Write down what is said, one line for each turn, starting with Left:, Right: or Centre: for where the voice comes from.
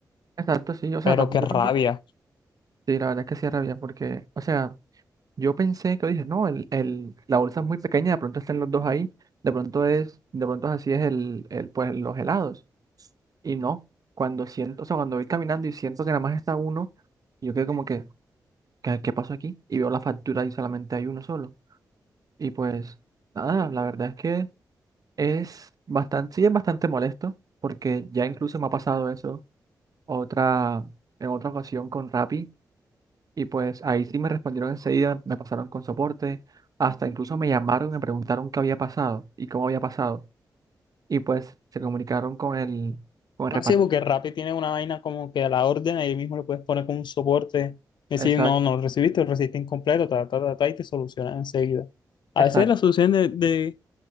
Right: exacto, sí. O sea,
Left: pero
Right: tampoco...
Left: qué rabia.
Right: tampoco- Sí, la verdad es que sí rabia porque, o sea... Yo pensé que dije, no, el, el, la bolsa es muy pequeña, de pronto están los dos ahí, de pronto es, de pronto así es el, el, pues los helados. Y no, cuando siento, o sea, cuando voy caminando y siento que nada más está uno, yo quedo como que, ¿qué, qué pasó aquí? Y veo la factura y solamente hay uno solo. Y pues, nada, la verdad es que es bastante, sí es bastante molesto, porque ya incluso me ha pasado eso otra, en otra ocasión con Rappi. Y pues ahí sí me respondieron enseguida, me pasaron con soporte, hasta incluso me llamaron y me preguntaron qué había pasado y cómo había pasado. Y pues se comunicaron con el, con el
Left: Así
Right: reparto.
Left: porque Rappi tiene una vaina como que a la orden ahí mismo le puedes poner como un soporte, decir,
Right: Exacto,
Left: no, no lo recibiste, lo recibiste incompleto, ta, ta, ta, ta, y te solucionan enseguida. A
Right: exacto,
Left: veces las soluciones de, de,